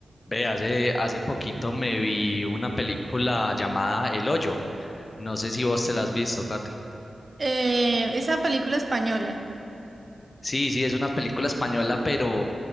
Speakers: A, on the left; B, on the right.
A: Ve, hace, hace poquito me vi una película llamada El Hoyo. No sé si vos te la has visto, Kate.
B: Eh, esa película española
A: Sí, sí, es una película española, pero